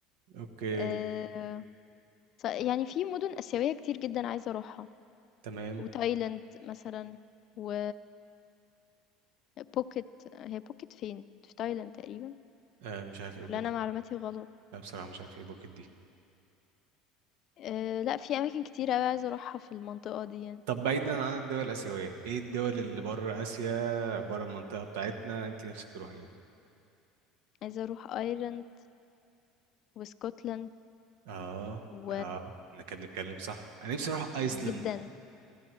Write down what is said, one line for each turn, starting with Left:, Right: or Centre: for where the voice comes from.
Right: اوكي
Left: آآ، ف يعني في مُدن آسيوية كتير جدًا عايزة أروحها،
Right: تمام
Left: وتايلاند مثلًا و phuket هي phuket فين؟ في تايلاند تقريبًا
Right: آه مش عارف ايه
Left: والّا
Right: بوكيت
Left: أنا معلوماتي غلط؟
Right: لا بصراحة مش عارف ايه بوكيت دي
Left: آآ، لأ في أماكن كتير أوي عايزة أروحها في المنطقة دي يعني،
Right: طب بعيدا عن الدول الآسيوية ايه الدول اللي بره آسيا بره المنطقة بتاعتنا انت نفسك تروحيها
Left: عايزة أروح أيرلند واسكتلند
Right: اه
Left: و
Right: اه احنا كنا بنتكلم صح انا نفسي اروح ايسلند
Left: جدًا.